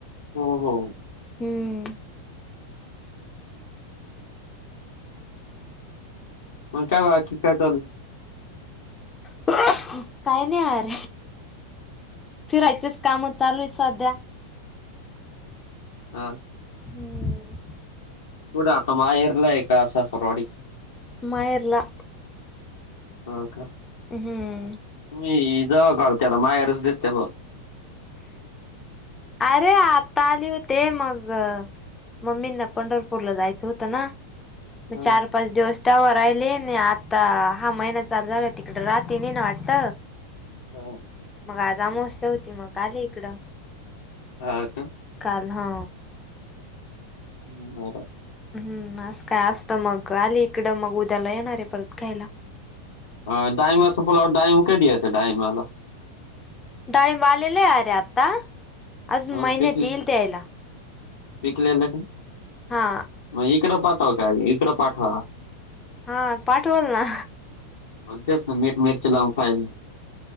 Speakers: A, on the left; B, on the left.
A: हो हो.
B: हम्म
A: मग काय बाकी काय चालु आय
B: <unintelligible> काय नाही आर फिरायचच काम चालू आहे सध्या
A: हां
B: हम्म
A: कुठ आता माहेरला हा का सासुर वाडीत
B: माहेरला
A: हो का
B: हम
A: मी जवा <unintelligible> मायारच दिसतं बुआ
B: अरे आत्ता आली होते मग मम्मीना पंढरपूरला जायचं होतं ना मग
A: हा
B: चार पाच दिवस तवा राहिले नाही आता हा महिना चालू झाला तिकड राहते नाही ना वाटत
A: हो
B: मग आज अमवस्या होती मग आली इकडं
A: हा का
B: काल हा
A: <unintelligible>
B: हम्म आज काय असत मग आली इकडं मग उद्याला येणाराय परत घ्यायला
A: आ डाईमा चा फुला व डाईम कधी येतय डाईमाला
B: डाळींब आलेले अरे आत्ता अजून
A: अ
B: महिन्यात
A: पिकले
B: येईल द्यायला
A: पिकलेलं काय
B: हा
A: मग इकडं पाठवा काय इकडं पाठवा
B: हा पाठवल ना
A: म त्यासनी मीठ मिरची लावून खाईल